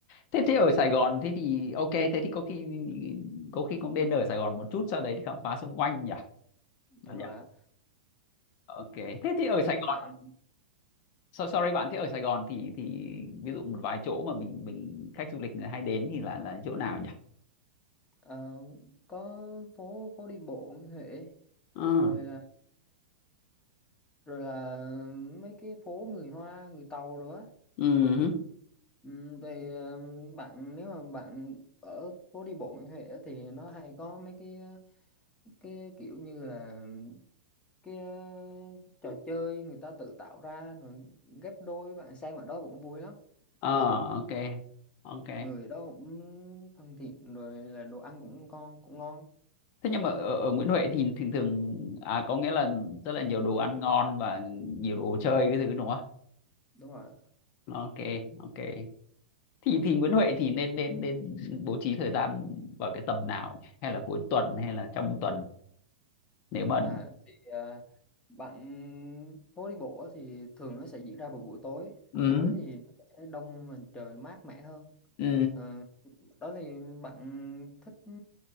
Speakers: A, on the left; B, on the left.
A: Thế
B: Đúng
A: thế ở
B: rồi
A: Sài Gòn thế thì ok thế thì có khi có khi cũng nên ở Sài Gòn một chút sau đấy thì khám phá xung quanh nhỉ.
B: đúng
A: Bạn
B: rồi
A: nhỉ?
B: á
A: Ok. Thế thì ở
B: tới
A: Sài Gòn
B: bạn
A: So- sorry bạn thế ở Sài Gòn thì thì ví dụ một vài chỗ mà mình mình khách du lịch người hay đến thì là là chỗ nào nhỉ?
B: ờ, có phố phố đi bộ như thế
A: Ờ,
B: rồi là rồi là mấy cái phố người Hoa người Tàu rồi á
A: ừ,
B: ừ, thì ờ, bạn nếu mà bạn ở phố đi bộ như thế á, thì nó hay có mấy cái ờ, cái kiểu như là cái ờ, trò chơi người ta tự tạo ra rồi ghép đôi bạn xem ở đó cũng vui lắm
A: ờ,
B: Ờ,
A: ok, ok.
B: người đó cũng thân thiện rồi là đồ ăn cũng ngon cũng ngon
A: Thế nhưng mà ở, ở Nguyễn Huệ thì thường thường à có nghĩa là rất là nhiều đồ ăn ngon và nhiều đồ chơi cái thứ đúng không?
B: đúng rồi
A: Ok, ok. Thì thì Nguyễn Huệ thì nên nên nên bố trí thời gian vào cái tầm nào nhỉ? Hay là cuối tuần hay là trong tuần nếu mà
B: À, thì à, bạn phố đi bộ á thì thường nó sẽ diễn ra vào buổi tối.
A: ừ
B: Buổi tối thì nó sẽ đông và trời mát mẻ hơn.
A: ừ
B: Ờ, đó thì bạn thích ừ,